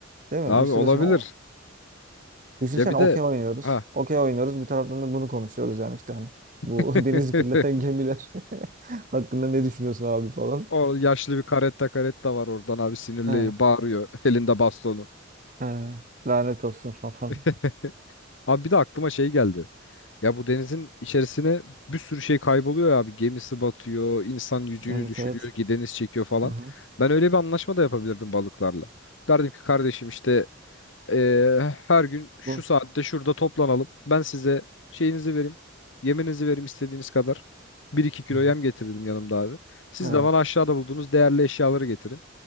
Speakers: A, on the right; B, on the left.
A: Değil mi?
B: Abi
A: Bir süre
B: olabilir.
A: sonra o, düşünsene
B: Ya bir
A: okey
B: de
A: oynuyoruz.
B: ha.
A: Okey oynuyoruz. Bir taraftan da bunu konuşuyoruz yani işte hani bu
B: <laughs>
A: <laughs> denizi kirleten gemiler <laughs> hakkında ne düşünüyorsun abi falan.
B: O yaşlı bir karetta karetta var oradan abi sinirli
A: He.
B: bağırıyor <laughs> elinde bastonu.
A: He, lanet olsun falan. diyor.
B: <laughs> Abi bir de aklıma şey geldi. Ya bu denizin içerisine bir sürü şey kayboluyor ya abi. Gemisi batıyor, insan yüzüğünü
A: Evet
B: düşürüyor,
A: evet.
B: deniz çekiyor falan.
A: Hı hı.
B: Ben öyle bir anlaşma da yapabilirdim balıklarla. Derdim ki kardeşim işte eee, her gün şu
A: Bu.
B: saatte şurada toplanalım. Ben size şeyinizi vereyim, yeminizi vereyim istediğiniz kadar. Bir iki kilo
A: Hı.
B: yem getirdim yanımda abi. Siz
A: Evet.
B: de bana aşağıda bulduğunuz değerli eşyaları getirin.